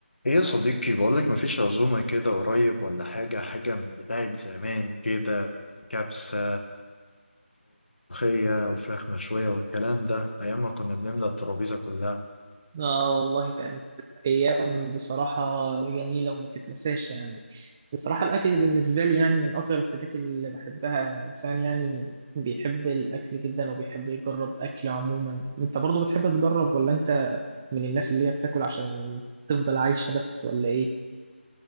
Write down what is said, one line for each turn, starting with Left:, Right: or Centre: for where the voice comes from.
Left: ايه يا صديقي بقولك مفيش عزومة كده قريب ولا حاجة حاجة من بتاعة زمان كده كبسة ملوخية وفراخ مشوية والكلام ده أيام ما كنا بنملى الترابيزة كلها
Right: اه والله كانت ايام بصراحه جميله وما تتنساش يعني بصراحه الاكل بالنسبه لي يعني من اكتر الحاجات اللي بحبها انا انسان يعني بيحب الاكل جدا وبيحب يجرب اكل عموما انت برضو بتحب تجرب ولا انت من الناس اللي هي بتاكل عشان تفضل عايشه بس ولا ايه